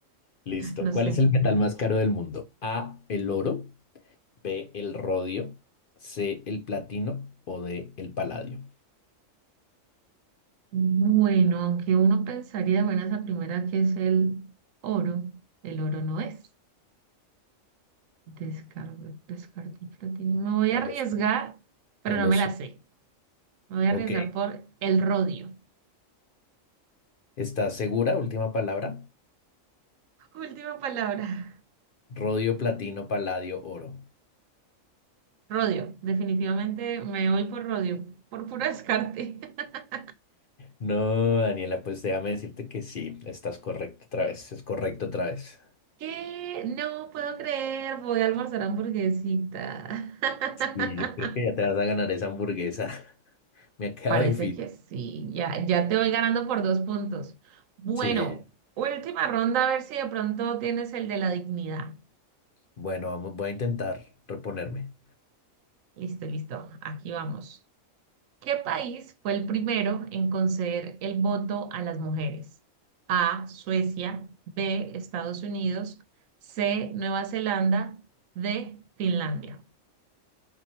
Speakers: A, on the left; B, on the right.
A: Listo.
B: no
A: ¿Cuál
B: sé.
A: es el metal más caro del mundo? A, el oro, B, el rodio, C, el platino o D, el paladio.
B: Bueno, aunque uno pensaría, bueno, esa primera que es el oro, el oro no es. Descargo, descarto el platino. Me voy a
A: No
B: arriesgar,
A: lo sé,
B: pero
A: no
B: no
A: lo
B: me
A: sé.
B: la sé. Me voy a
A: Ok,
B: arriesgar por el rodio.
A: ¿estás segura? Última palabra.
B: <laughs> Última palabra.
A: Rodio, platino, paladio, oro.
B: Rodio. Definitivamente me voy por rodio, por puro descarte. <laughs>
A: No, Daniela, pues déjame decirte que sí, estás correcto otra vez, es correcto otra vez.
B: ¿Qué? No puedo creer, voy a almorzar hamburguesita. <laughs>
A: Y yo creo que ya te vas a ganar esa hamburguesa. <laughs> Me ha quedado
B: Parece
A: difícil.
B: que sí, ya, ya te voy ganando por dos puntos. Bueno,
A: Sí,
B: última ronda, a ver si de pronto tienes el de la dignidad.
A: bueno, vamos, voy a intentar reponerme.
B: Listo, listo, aquí vamos. ¿Qué país fue el primero en conceder el voto a las mujeres? A, Suecia, B, Estados Unidos, C, Nueva Zelanda, D, Finlandia.